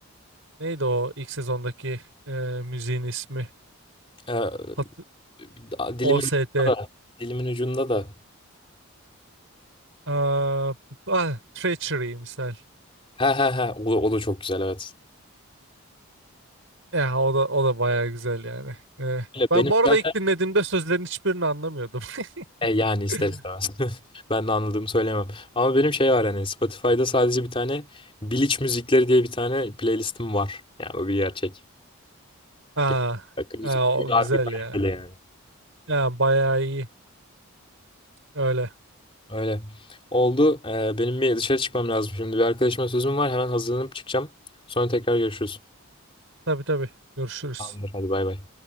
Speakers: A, on the right (about 60°); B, on the left (about 25°).
A: Neydi o ilk sezondaki e, müziğin ismi?
B: Ee,
A: Hat
B: dilimin
A: OST.
B: ucunda da. Dilimin ucunda da.
A: Aa, ah, Treachery misal.
B: He he he. O, o da çok güzel evet.
A: Ya o da o da bayağı güzel yani. Ee,
B: Öyle
A: ben
B: Benim
A: bu arada
B: zaten
A: ilk dinlediğimde sözlerin hiçbirini anlamıyordum.
B: E yani ister
A: <laughs>
B: istemez. <laughs> Ben de anladığımı söyleyemem. Ama benim şey var hani Spotify'da sadece bir tane Biliç müzikleri diye bir tane playlistim var. Yani bu bir gerçek.
A: Aa,
B: Ge- Akım müzikleri
A: aa, o
B: harbi
A: güzel
B: kaliteli
A: ya.
B: yani.
A: Ya bayağı iyi. Öyle.
B: Öyle. Oldu. Ee, benim bir dışarı çıkmam lazım şimdi. Bir arkadaşıma sözüm var. Hemen hazırlanıp çıkacağım. Sonra tekrar görüşürüz.
A: Tabii tabii. Görüşürüz.
B: Tamamdır. Hadi bay bay.